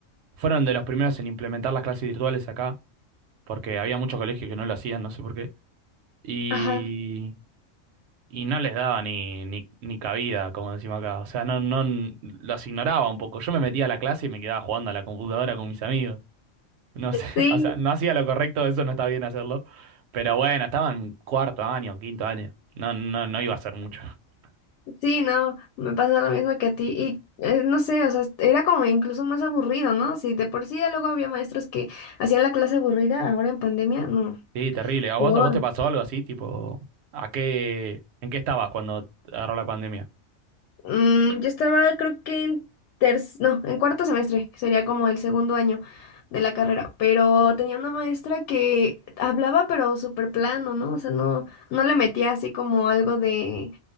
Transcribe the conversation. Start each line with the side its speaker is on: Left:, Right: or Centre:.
Right: fueron de los primeros en implementar las clases virtuales acá, porque había muchos colegios que no lo hacían, no sé por qué. Y
Left: Ajá.
Right: y no les daba ni, ni, ni cabida, como decimos acá. O sea, no, no, los ignoraba un poco. Yo me metía a la clase y me quedaba jugando a la computadora con mis amigos. No sé, <laughs>
Left: Sí.
Right: o sea, no hacía lo correcto, eso no está bien hacerlo. Pero bueno, estaba en cuarto año, quinto año. No, no, no iba a hacer mucho. <laughs>
Left: Sí, no, me pasa lo mismo que a ti. Y eh, no sé, o sea, era como incluso más aburrido, ¿no? Si de por sí ya luego había maestros que hacían la clase aburrida, ahora en pandemia, no,
Right: Sí, terrible. ¿A
Left: peor.
Right: vos, a vos te pasó algo así? Tipo, ¿a qué, en qué estabas cuando agarró la pandemia?
Left: Mm, yo estaba, creo que en ter, no, en cuarto semestre, que sería como el segundo año de la carrera, pero tenía una maestra que hablaba pero súper plano, ¿no? O sea, no, no le metía así como algo de